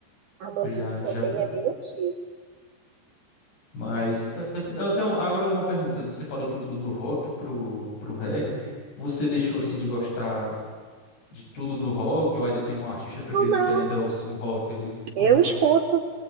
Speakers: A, on the right (about 75°); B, on the left (about 75°).
A: Armandinho
B: Eu já,
A: também
B: já vi.
A: é bem antigo.
B: Mas, assim, eu tenho agora uma pergunta. Você falou que mudou do rock pro, pro reggae. Você deixou, assim, de gostar de tudo do rock? Ou ainda tem um artista preferido
A: Não, não,
B: que ainda ouça um rock ali? Como
A: eu
B: é?
A: escuto.